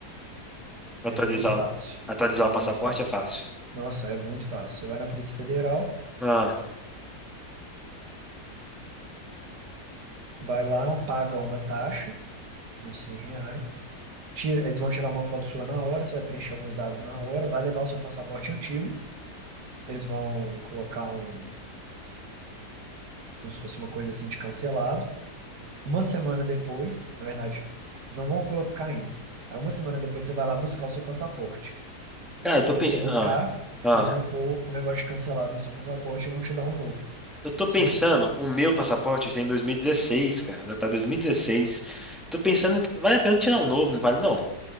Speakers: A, on the right (about 80°); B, in the centre.
A: É
B: Atualizar,
A: muito fácil.
B: o- atualizar
A: É
B: o
A: muito
B: passaporte
A: fácil.
B: é fácil.
A: Nossa, é muito fácil. Você vai na Polícia Federal,
B: Ah,
A: vai lá, paga uma taxa, uns 100 reais. Tira, eles vão tirar uma foto sua na hora, você vai preencher alguns dados na hora, vai levar o seu passaporte antigo. Eles vão colocar um, como se fosse uma coisa assim de cancelado. Uma semana depois, na verdade, eles não vão colocar ainda. Aí uma semana depois você vai lá buscar o seu passaporte.
B: cara, eu
A: Aí
B: tô,
A: quando
B: pe-
A: você buscar,
B: ah, ah,
A: eles vão pôr o negócio de cancelado no seu passaporte e vão te dar um novo.
B: eu tô
A: Só
B: pensando,
A: isso.
B: o meu passaporte tem 2016, cara, tá 2016. Tô pensando, em- vale a pena tirar um novo, não vale não?